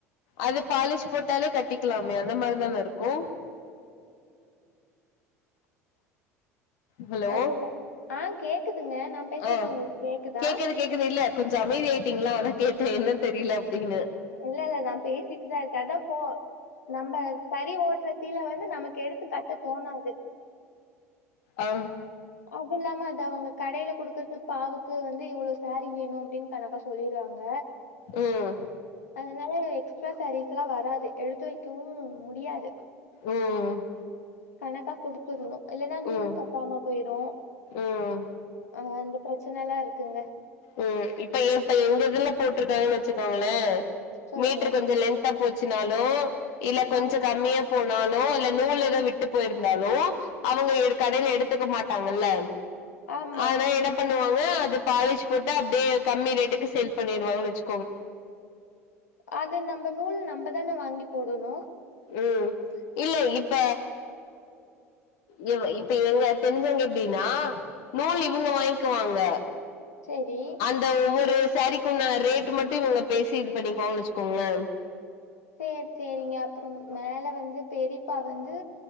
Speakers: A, on the left; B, on the left.
A: அது பாலிஷ் போட்டாலே கட்டிக்கலாமே அந்த மாரி தானே இருக்கு ஹலோ
B: அதெல்லா ஆ கேக்குதுங்க நா பேசுறது
A: ஆ
B: உங்களுக்கு கேக்குதா
A: கேக்குது கேக்குது இல்ல கொஞ்சோ அமைதி ஆயிட்டீங்களா அதா கேட்டே என்ன தெரியல அப்டின்னு
B: இல்ல இல்ல நா பேசிட்டுதா இருக்கே அதா போ நம்ம தறி ஓட்டுற சீல வந்து நமக்கு எடுத்து கட்ட தோணாது
A: அ ஆ
B: அதுல்லாம அது அவங்க கடையில கொடுக்கறது பாவுக்கு வந்து இவ்ளோ சாரீ வேணு அப்டின்னு கணக்கா சொல்லிருவாங்க
A: ம்
B: அதனால எக்ஸ்ட்ரா சாரீஸ்ல்லா வராது எடுத்து வைக்கவு முடியாது
A: ம்
B: கணக்கா கொடுத்துடணு இல்லன்னா நூல்
A: ம்
B: பத்தாம போயிரு
A: ம்
B: அ அந்த பிரச்ச னைலா இருக்குங்க
A: ம் இப்ப இப்ப இங்க குருஃப் போட்ருக்காங்கன்னு வச்சுக்கோங்களே
B: சொல்லுங்க
A: மீட்ரு கொஞ்சோ லென்த் லென்தா போச்சினாலோ இல்ல கொஞ்சோ
B: ஆ
A: கம்மியா போனாலோ இல்ல நூல்ல ஏதோ விட்டு போயிருந்தாலோ அவங்க கடையில எடுத்துக்க மாட்டாங்கல்ல
B: ஆமா
A: ஆனா என்ன பண்ணுவாங்க அது பாலீஷ் போட்டு அப்டியே கம்மி ரேட்டுக்கு சேல் பண்ணிடுவாங்க வெச்
B: அது நம்ப நூல் நம்பதானே வாங்கி போடணு
A: ம் இல்ல இப்ப இ இப்ப இவங்க தெரிஞ்சங்க எப்படினா நூல் இவங்க வாங்கிக்குவாங்க
B: செரி
A: த ஒவ்வொரு சாரிக்குன்ன ரேட் மட்டு இவுங்க பேசி இது பண்ணிக்வாங்கனு வச்சுக்கோங்ளே
B: சேர் சேரிங்க அப்புறம் மேல வந்து பெரிப்பா வந்து